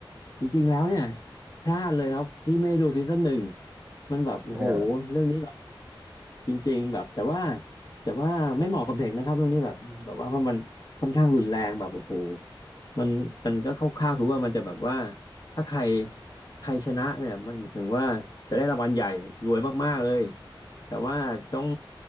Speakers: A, on the left; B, on the right.
A: จริงๆแล้วเนี่ยพลาดเลยครับที่ไม่ดดูซีซั่นหนึ่งมันแบบโอ้โหเรื่องนี้
B: อ่า
A: จริงๆแบบแต่ว่าแต่ว่าไม่เหมาะกับเด็กนะครับตรงนี้แบบแบบว่าเพราะมันค่อนข้างรุนแรงแบบโอ้โหมันมันก็คร่าวๆคือว่ามันจะแบบว่าถ้าใครใครชนะเนี่ยมันหมายถึงว่าจะได้รางวัลใหญ่รวยมากๆเลยแต่ว่าต้อง